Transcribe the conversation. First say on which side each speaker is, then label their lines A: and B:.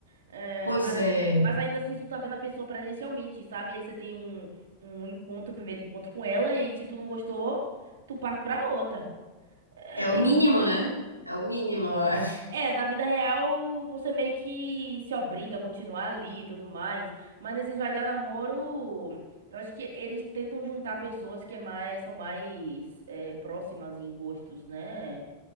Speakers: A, on the right (about 60°); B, on the right (about 85°).
A: Eh,
B: Pois
A: mas,
B: é.
A: mas ainda assim, tu tá vendo a pessoa presencialmente, sabe? Aí você tem um, um encontro, primeiro encontro com ela, e aí se tu não gostou, tu parte pra outra. É,
B: É o mínimo, né? É o mínimo. eu acho.
A: é, na vida real, você meio que se obriga a continuar ali e tudo mais. Mas nesses vai dar namoro, eu acho que eles tentam juntar pessoas que é mais, são mais é, próximas em gostos, né?